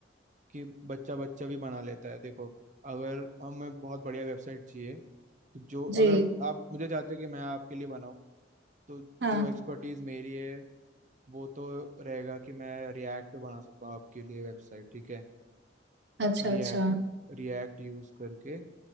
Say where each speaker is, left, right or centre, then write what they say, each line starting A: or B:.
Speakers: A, on the right; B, on the right.
A: कि बच्चा बच्चा भी बना लेता है देखो अगर हमें बहुत बढ़िया वेबसाइट चाहिए तो जो
B: जी
A: अगर आप मुझे चाहते हो कि मैं आपके लिए बनाऊं तो
B: हाँ
A: जो एक्सपर्टीज मेरी है वो तो रहेगा कि मैं रिएक्ट पे बना सकता हूँ आपके लिए वेबसाइट ठीक है
B: अच्छा
A: रिएक्ट
B: अच्छा
A: रिएक्ट यूज करके